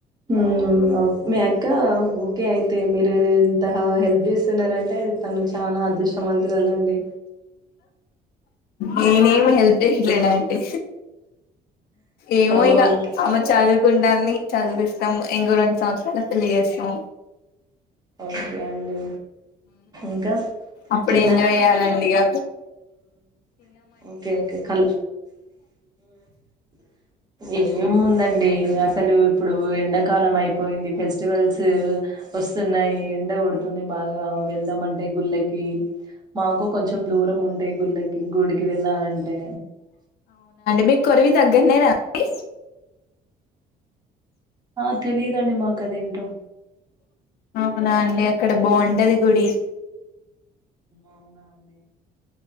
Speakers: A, on the right; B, on the left.
A: హ్మ్ మ్యాకా ఓకే అయితే మీరు ఇంతగా హెల్ప్ చేస్ ఇస్తున్నారంటే ఇప్పుడు నువ్వు చాలా అదృష్టవంతురాలండి
B: నేనేమి హెల్ప్ చేయలేను అంటి ఏమో
A: ఆ
B: ఇక
A: ఓకే
B: అమ్మ చదువుకుంటాంది చదివిస్తాం ఇంకో రెండు సంవత్సరాల్లొ పెళ్లి చేస్తాం
A: ఒకే అండి ఇంకా
B: అప్పుడు
A: తిన్న
B: ఎంజాయ్ చేయ్యాలండి ఇక
A: ఓకే ఓకే కల్ ఏం ముందండి అసలు ఇప్పుడు ఎండ కాలం అయిపోయింది ఫెస్టివల్స్ వస్తున్నాయి ఎండ పడు నిన్నా బాగా వెళ్దామని ఏ గూళ్ళకి మాకు కొంచెం దూరం ఉంటయి గుళ్ళకి గుడి కి వెళ్ళాలంటే
B: మీకి కొరివి దగ్గరనే అండి
A: ఆ తెలీదండి మాకు మాకు అదిఎంటో
B: అవున అండి అక్కడ బాగుంటది గుడి
A: అవునా అండి